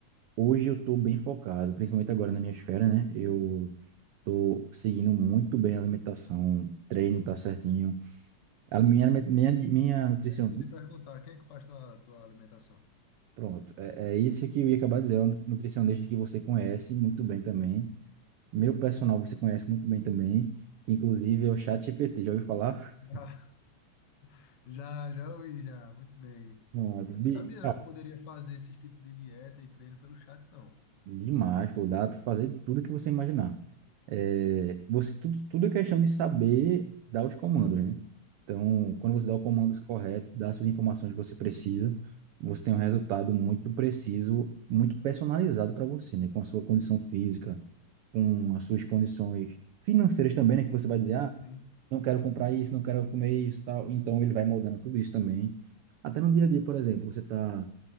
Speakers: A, on the right; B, on the left.
A: Hoje eu tô bem focado, principalmente agora na minha esfera, né? Eu tô seguindo muito bem a alimentação, treino tá certinho. A minha, aliment- minha, minha nutricionista,
B: É isso que eu ia te perguntar, quem é que faz tua, tua alimentação?
A: pronto, é, é isso que eu ia acabar dizendo, é uma nutricionista que você conhece muito bem também. Meu personal você conhece muito bem também, que inclusive é o ChatGPT, já ouviu falar?
B: Já,
A: <laughs>
B: <laughs> já já ouvi, já, muito bem.
A: Pronto. Bi-
B: Eu não sabia não que poderia fazer esses tipos de dieta e treino pelo chat, não.
A: Demais, pô, dá para fazer tudo que você imaginar. É, você tudo, tudo é questão de saber dar os comandos, né? Então, quando você dá o comando correto, dá as suas informações que você precisa, você tem um resultado muito preciso, muito personalizado para você, né? Com a sua condição física, com as suas condições financeiras também, né? Que você vai dizer,
B: Sim,
A: ah,
B: sim.
A: não quero comprar isso, não quero comer isso, tal. Então, ele vai moldando tudo isso também. Até no dia a dia, por exemplo, você está